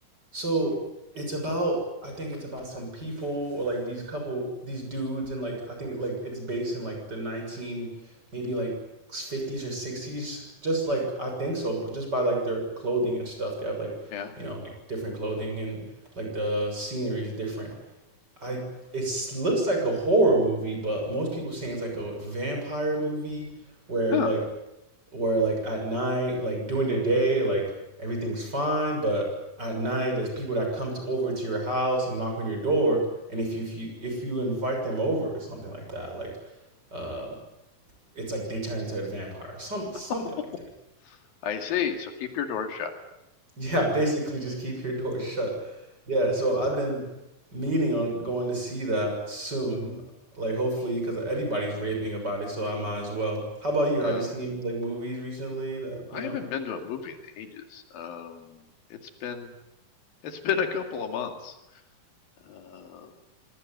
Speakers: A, on the right; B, on the left.
A: So it's about I think it's about some people or like these couple these dudes and like I think like it's based in like the 19 maybe like 50s or 60s just like I think so but just by like their clothing and stuff they have like
B: Yeah.
A: you know like different clothing and like the scenery is different I it looks like a horror movie, but most people saying it's like a vampire movie where
B: Huh.
A: like
B: <laughs>
A: where like at night, like during the day, like everything's fine, but at night there's people that come to, over to your house and knock on your door, and if you if you, if you invite them over or something like that, like um, it's like they turn into a vampire, some something
B: Oh,
A: like
B: I see. So keep your doors shut.
A: Yeah, basically just keep your door shut. Yeah, so I've been meaning on going to see that soon. Like hopefully, because everybody's raving about it, so I might as well. How about you?
B: Mm.
A: Have you seen any like movies recently that,
B: I
A: you know?
B: haven't been to a movie in ages. Um, it's been it's <laughs> been a couple of months. Um,